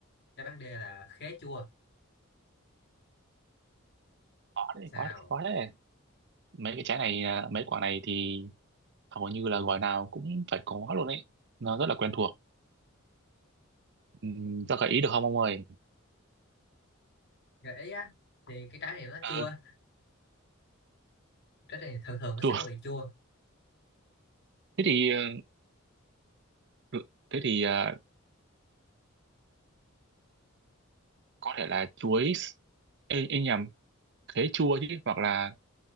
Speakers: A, on the left; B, on the right.
A: đáp án D là khế chua
B: khó đấy
A: sao
B: khó đấy khó đấy mấy cái trái này à, mấy quả này thì hầu như là gỏi nào cũng phải có luôn ấy nó rất là quen thuộc ừ, cho gợi ý được không ông ơi
A: gợi ý á thì cái trái này nó
B: ừ,
A: chua trái này thường thường nó
B: chùa
A: sẽ có vị chua
B: <laughs> thế thì ờ, Được. Thế thì à, có thể là chuối s- ê, ê nhầm khế chua chứ hoặc là